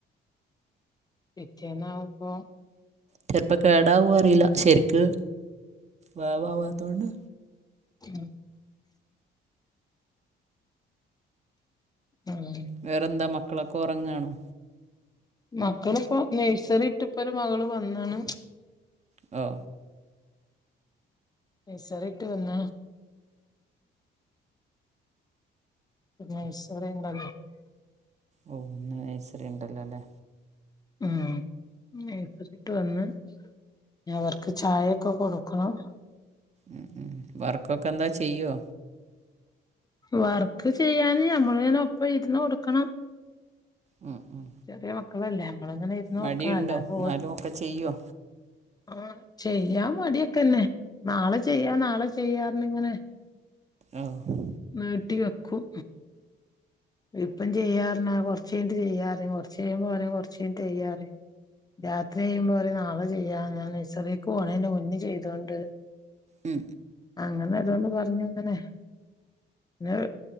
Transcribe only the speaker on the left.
പിറ്റേന്ന് ആവുമ്പോ
ഉം അഹ്
മക്കളിപ്പോ നഴ്സറിട്ടിപ്പ ഒരു മകള് വന്ന്ണ്
നൈസറിട്ട് വന്ന നയ്സറി ണ്ടല്ല
ഉം നൈസറിട്ട് വന്ന് ഇഞ്ഞ് അവർക്ക് ചായൊക്കെ കൊടുക്കണം
വർക്ക് ചെയ്യാന് ഞമ്മള്ങ്ങനെ ഒപ്പം ഇരുന്ന് കൊടുക്കണം
ചെറിയ മക്കളല്ലേ നമ്മളിങ്ങനെ ഇരുന്ന് കൊടുക്കണം
അല്ലാതഓ-
ആഹ് ചെയ്യാ മടിയൊക്കെന്നെ നാളെ ചെയ്യാം നാളെ ചെയ്യാറിന്ന ഇങ്ങനെ
നീട്ടി വെക്കും ഇപ്പം ചെയ്യാർഞ്ഞ കൊറച്ച് കഴിഞ്ഞിട്ട് ചെയ്യാറ് കൊറച്ച് കയ്യുബൊ കൊറച്ച് കൈഞ്ഞിട്ട് ചെയ്യാറിയും രാത്രി ചെയ്യുമ്പോ പറയും നാളെ ചെയ്യാ ഞാൻ നഴ്സറിക്ക് പോകണെ മുന്നേ ചെയ്തൊണ്ട്
അങ്ങനൊരൊന്ന് പറഞ്ഞു അങ്ങനെ പിന്നെ